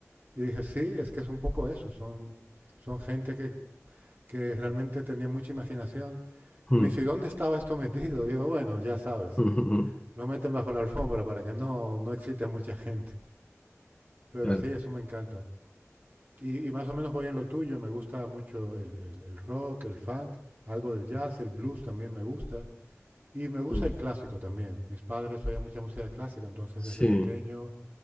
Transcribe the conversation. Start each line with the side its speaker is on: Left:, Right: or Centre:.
Right: Y dije, sí, es que es un poco eso, son, son gente que que realmente tenía mucha imaginación. Y
Left: mm,
Right: me dice, ¿y dónde estaba esto metido? Digo, bueno, ya sabes,
Left: mm,
Right: eh, lo meten bajo la alfombra para que no, no excite a mucha gente. Pero
Left: <laughs> claro.
Right: sí, eso me encanta. Y, y más o menos voy en lo tuyo, me gusta mucho el, el- el rock, el funk, algo del jazz, el blues también me gusta. Y me gusta
Left: mm,
Right: el clásico también. Mis padres oían mucha música clásica, entonces
Left: sí.
Right: desde pequeño